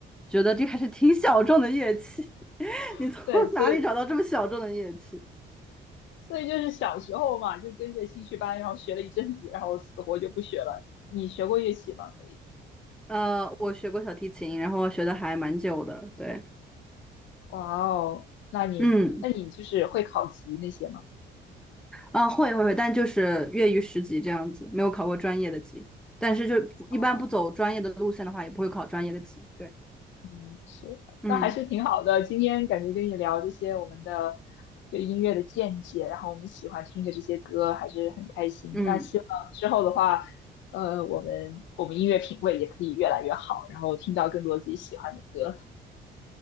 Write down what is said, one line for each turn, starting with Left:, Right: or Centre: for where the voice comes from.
Centre: 觉得这还是挺小众的乐器。<laughs>
Left: <laughs>
Centre: 你从哪里找到这么小众的乐器？
Left: 对，所以所以就是小时候嘛，就跟着兴趣班，然后学了一阵子，然后死活就不学了。你学过乐器吗？所以，
Centre: 呃，我学过小提琴，然后学的还蛮久的，对，
Left: 哇哦，那你那你就是会考级那些吗？
Centre: 嗯，啊，会会会，但就是业余十级这样子，没有考过专业的级，但是就一般不走专业的路线的话，
Left: 哦。
Centre: 也不会考专业的级，对，
Left: 嗯，是，
Centre: 嗯
Left: 那还是挺好的。今天感觉跟你聊这些我们的对音乐的见解，然后我们喜欢听的这些歌，还是很开心。
Centre: 嗯
Left: 那希望之后的话，呃，我们我们音乐品味也可以越来越好，然后听到更多自己喜欢的歌。